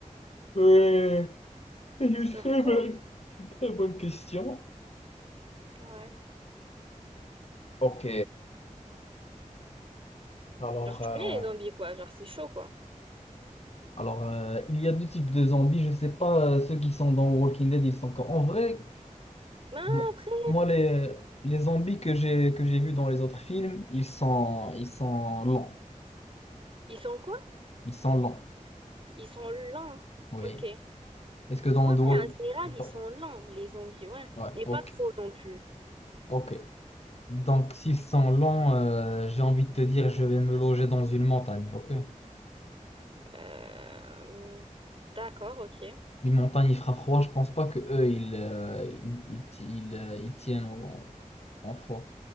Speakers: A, on the left; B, on the right.
A: Ouais, c'est une
B: Genre,
A: très
B: tout
A: bonne,
B: le...
A: une très bonne question.
B: Ouais.
A: Ok. Alors,
B: Genre, tu
A: euh,
B: connais les zombies, quoi, genre, c'est chaud, quoi.
A: alors euh, il y a deux types de zombies. Je sais pas, euh, ceux qui sont dans Walking Dead, ils sont quand... En vrai,
B: Ah,
A: bon,
B: après,
A: moi, les, les zombies que j'ai que j'ai vus dans les autres films, ils sont, ils sont lents.
B: ils sont quoi?
A: Ils sont lents.
B: Ils sont lents.
A: Oui.
B: Ok. Ouais,
A: Est-ce que dans
B: en
A: Underworld...
B: général,
A: dans-
B: ils sont lents, les zombies, ouais.
A: Ouais,
B: Mais
A: ok,
B: pas trop non plus.
A: ok. Donc, s'ils sont lents, euh, j'ai envie de te dire, je vais me loger dans une montagne, ok?
B: Euh, D'accord, ok.
A: Une montagne, il fera froid, je pense pas que eux, ils, euh, ils, ils, ti- ils, euh, ils tiennent en, en froid.